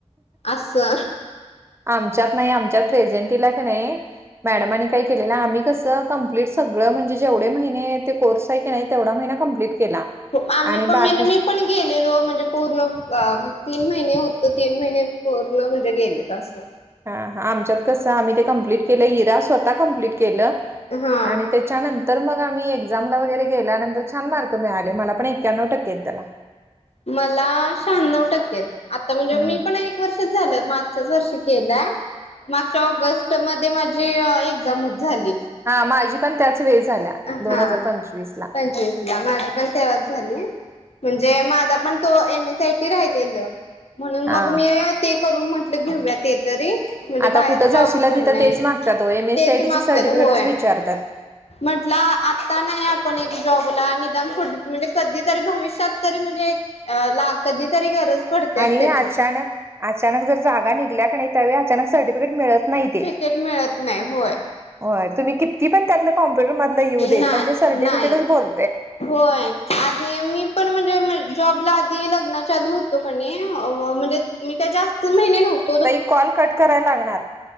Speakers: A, on the left (about 65°); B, on the right (about 20°).
A: असं
B: आमच्यात नाही आमच्यात प्रेझेंटीला का नाही, मॅडमांनी काय केलेलं. आम्ही कसं तर कंप्लिट सगळं म्हणजे जेवढे महिने आहेत ते कोर्स हाय की नाही तेवढा महिना कम्प्लीट केला
A: आम्ही
B: आणि
A: पण
B: बाकी
A: म्हणजे मी पण गेलेलो म्हणजे पूर्ण ब अ तीन महिने होत तीन महिने पूर्ण म्हणजे गेलेल असं.
B: हा हा आमच्यात कसं आम्ही ते कमप्लीट केलं इरा स्वतः कम्प्लीिट केलं
A: हा
B: आणि तेचा त्यानंतर मग आम्ही एक्झामला वगैरे गेल्यानंतर छान मार्क मिळाले मला पण एक्याण्नव टक्केेत त्याला.
A: मला शहाण्णव टक्केे हायत. आता म्हणजे
B: हम्म
A: मीपण एक वर्षच झालं, मागच्याच वर्षी केला. मागच्या ऑगस्टमध्ये माझी एक्साम हो झाली.
B: हा माझीपण त्याच वेळी झाल्या.
A: आ
B: दोन
A: हां
B: हजार पंचवीस ला
A: पंचवीस. लाल माझी पण तेव्हाच झाली. म्हणजे माझा पण तो M S C I T राहिलेलं. म्हणून
B: हा
A: मग मी ते करून म्हंटलं घेऊया ते तरी. म्हणजे
B: आता
A: बाहेर
B: कुठं
A: जॉबपण
B: जाशीला तिथं
A: नाही,
B: तेच मागतात ओ एम एस
A: तेच
B: सी आयटीचं
A: मागत्यात
B: सर्टिफिकेटच
A: होय.
B: विचारतात.
A: म्हंटलं आत्ता नाही आपण एक जॉबला, निदान पुढं म्हणजे कधीतरी भविष्यात तरी म्हणजे ला कधीतरी गरज पडतेच
B: आणि
A: त्याची.
B: अचानक अचानक जर जागा निघल्या का नाही, त्यावेळी अचानक सर्टिफिकेट मिळत नाही ते.
A: तेच मिळत नाही होय.
B: होय तु, म्ही कितीपण त्यातनं कॉम्प्युटर मधलं येऊदे,
A: नाही
B: पण ते सर्टिफिकेटच
A: नाही.
B: बोल
A: होय. आधी मीपण म्हणजे मी जॉबला आधी लग्नाच्या आधी हुतो का नाही, अ म्हणजे मी काय जास्त महिने न्हवं.
B: ताई कॉल कट करायला लागणार.